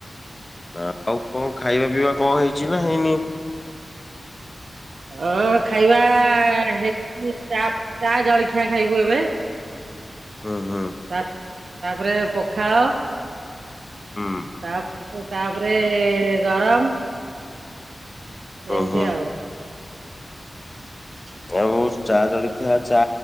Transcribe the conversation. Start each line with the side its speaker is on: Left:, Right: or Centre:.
Left: ଆଉ କଣ ଖାଇବା ପିଇବା କଣ ହେଇଛି ନା ହେଇନି?
Right: ହଁ ଖାଇବା ହେ ଛି ଚା ଚା ଜଳଖିଆ ଖାଇବୁ ଏବେ।
Left: ହୁଁ ହୁଁ।
Right: ତା ତାପରେ ପଖାଳ।
Left: ହୁଁ।
Right: ତା ତାପରେ ଗରମ। ଏମିତି
Left: ଓହୋ
Right: ଆଉ। ହ <inaudible>
Left: ଆଉ ଚା ଜଳଖିଆ ଚା